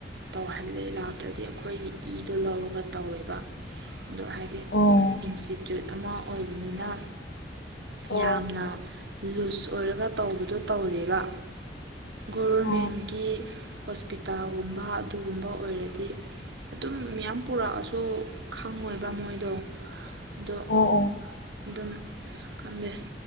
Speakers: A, on the right (about 80°); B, on the left (about 75°).
A: ꯇꯧꯍꯜꯂꯦ ꯂꯥꯛꯇ꯭ꯔꯗꯤ ꯑꯩꯈꯣꯏꯒꯤ ꯏꯗꯣ ꯂꯧꯔꯒ ꯇꯧꯋꯦꯕ ꯑꯣ ꯍꯥꯏꯗꯤ
B: ꯑꯣ
A: ꯏꯟꯁꯇꯤꯇ꯭ꯌꯨꯠ ꯑꯃ ꯑꯣꯏꯕꯅꯤꯅ
B: ꯑꯣ
A: ꯌꯥꯝꯅ ꯂꯨꯖ ꯑꯣꯏꯔꯒ ꯇꯧꯕꯗꯣ ꯇꯧꯔꯕ ꯒꯣꯚꯔꯃꯦꯟꯒꯤ
B: ꯑꯣ
A: ꯍꯣꯁꯄꯤꯇꯥꯜꯒꯨꯝꯕ ꯑꯗꯨꯒꯨꯝꯕ ꯑꯣꯏꯔꯗꯤ ꯑꯗꯨꯝ ꯃꯌꯥꯝ ꯄꯨꯔꯛꯑꯁꯨ ꯈꯪꯉꯣꯏꯕ ꯃꯣꯏꯗꯣ ꯑꯗꯣ
B: ꯑꯣ ꯑꯣ
A: ꯑꯗꯨꯝ ꯑꯁ ꯈꯪꯗꯦ